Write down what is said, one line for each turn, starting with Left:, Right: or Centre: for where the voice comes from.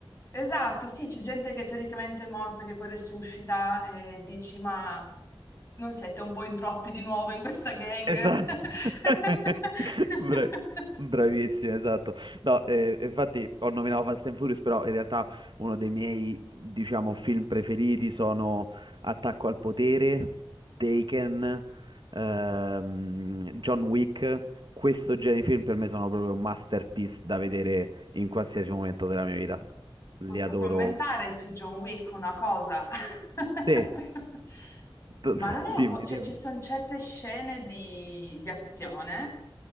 Left: Esatto, sì, c'è gente che teoricamente è morta che poi resuscita e dici, ma non siete un po' in troppi di nuovo in questa gang?
Right: Esatto,
Left: <laughs>
Right: <laughs> Bra- bravissimo, esatto. No, eh, infatti ho nominato Fast and Furious, però in realtà uno dei miei, diciamo, film preferiti sono Attacco al potere, Taken, ehm, John Wick. Questo genere di film per me sono proprio masterpiece da vedere in qualsiasi momento della mia vita. Li
Left: Posso
Right: adoro.
Left: commentare su John Wick una cosa? <laughs>
Right: Sì, <laughs>
Left: Ma non è
Right: dimmi,
Left: un po', cioè
Right: dimmi.
Left: ci sono certe scene di, di azione